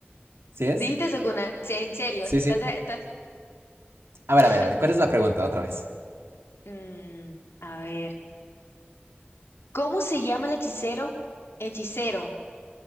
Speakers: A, on the right (about 85°); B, on the left (about 85°).
A: ¿Sí es?
B: Dijiste Sukuna. Sí, en serio.
A: Sí, sí.
B: Estás- estás- <laughs>
A: A ver, a ver, a ver, ¿cuál es la pregunta otra vez?
B: Mm, a ver. ¿Cómo se llama el hechicero? Hechicero